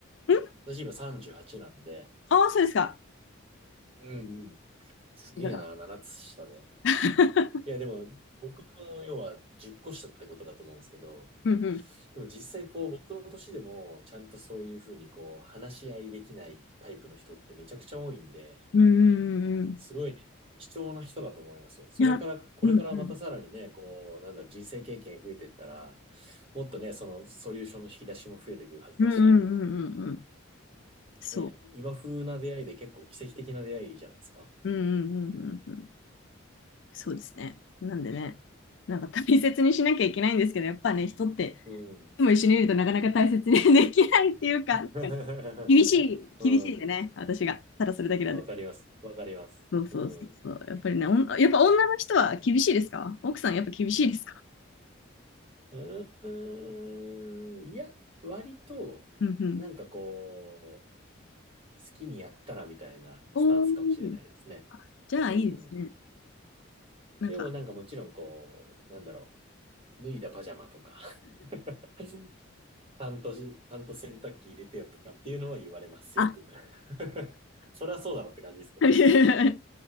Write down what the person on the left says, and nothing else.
う。ん
ああー、そうですか。
だから。
<laughs>
うんうん。
うんうんうんうん。
いや、
うんうん。
うんうんうんうんうんうん。そう。
うんうんうんうんうん。そうですね。なんでね、なんか大切にしなきゃいけないんですけど、やっぱね、人って
いつも一緒にいるとなかなか大切に <laughs> できないっていうか、
なんかね、厳しい、厳しいんでね、
私が。ただそれだけなんです。
そうそうそうそう。
やっぱりね、おんやっぱ女の人は厳しいですか奥さんやっぱ厳しいですか
うんうん。
おー、じゃあいいですね。
なんか。
あ、
<laughs> 自